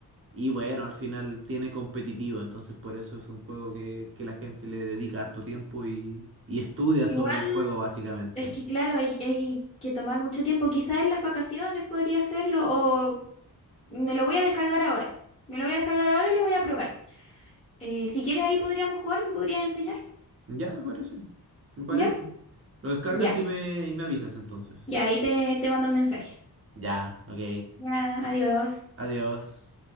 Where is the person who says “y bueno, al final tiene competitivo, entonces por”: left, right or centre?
Right